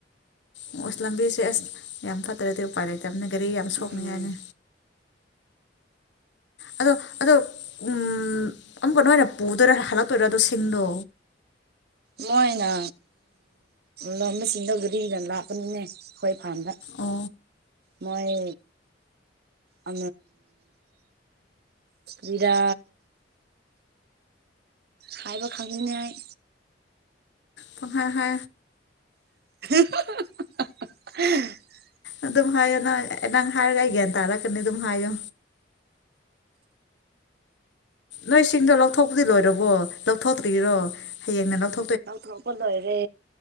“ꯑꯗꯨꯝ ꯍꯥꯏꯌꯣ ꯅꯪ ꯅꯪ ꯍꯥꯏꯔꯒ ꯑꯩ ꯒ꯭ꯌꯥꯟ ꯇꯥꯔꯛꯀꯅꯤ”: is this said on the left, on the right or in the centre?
Left